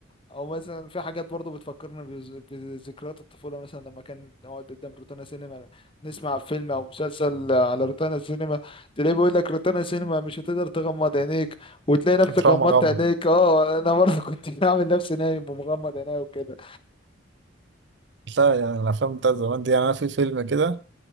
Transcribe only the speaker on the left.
او مثلا في حاجات برضه بتفكرني بز- بذكريات الطفوله مثلا لما كان نقعد قدام روتانا سينما نسمع فيلم او مسلسل على روتانا سينما تلاقيه بيقول لك روتانا سينما مش هتقدر تغمض عينيك وتلاقي نفسك
غمضت
عينيك اه انا برضه كنت <laughs> بعمل نفسي نايم ومغمض عينيا وكده